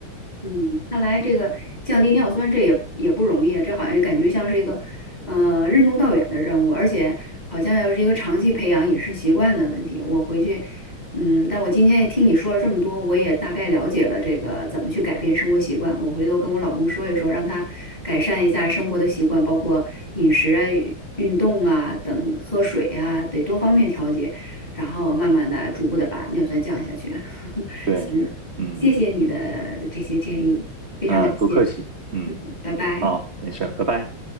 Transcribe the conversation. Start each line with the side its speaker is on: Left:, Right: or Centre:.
Left: 嗯，看来这个降低尿酸这也也不容易啊，这好像感觉像是一个呃任重道远的任务，而且好像要是一个长期培养饮食习惯的问题。我回去，嗯，但我今天也听你说了这么多，我也大概了解了这个怎么去改变生活习惯。我回头跟我老公说一说，让他改善一下生活的习惯，包括饮食啊、运动啊等、喝水啊，得多方面调节，然后慢慢的、逐步的把尿酸降下去。<laughs>
Right: 对，
Left: 行。
Right: 是，嗯
Left: 谢谢你的这些建议，非常感谢，
Right: 嗯，不客气，嗯，
Left: 拜拜。
Right: 好，没事拜拜。